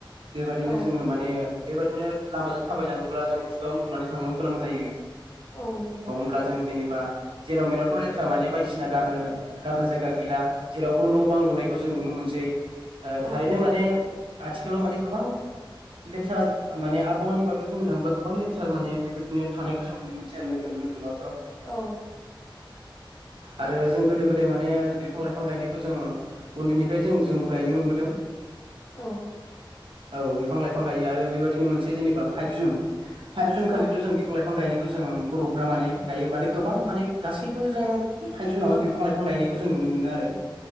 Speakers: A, on the right; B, on the left.
A: बेबायदिनो
B: नुनो
A: जोङो
B: मोनो
A: माने बेबायदिनो लामाजों थाबायलाङोब्ला जों खुगा मुथुनानै थांनो गोनां जायो।
B: औ नंगौ।
A: अब्ला जों जेनेबा जेराव मेरावथ' लेथ्रा माने बायदिसिना गारनो गारनो जायगा गैला जेरावबो न' बां लुनायखौ जों नुनो मोनसै। ओ
B: नुनो
A: थारैनो माने आथिखालाव माने गोबां लेथ्रा माने आबहावानि बागै बुंनो थाङोब्ला गोबां लेथ्रा माने बेबायदिनो थानायखौ जों नुनो मोनसै आरो नोगोर नोगोरमा
B: औ।
A: आरो जों गोदो गो दाय माने बिफां लाइफां गायनायखौ जोङो उन्दैनिफ्राय जों जोंबो गायनो मोनबोदों।
B: औ।
A: औ बिफां लाइफां गायो आरो बेबायदिनो मोनसे जेनेबा फाइभ जुन। फाइभ जुन
B: मोनबोदों
A: खालिथ' जों बिफां लाइफां गायनायखौ जोङो बर'फ्रा माने गायो माने गोबां माने गासैबो जोङो फाइभ जुनावहाय
B: दानि
A: बिफां लाइ फां गायनायखौ जों नुनो मोनो आरो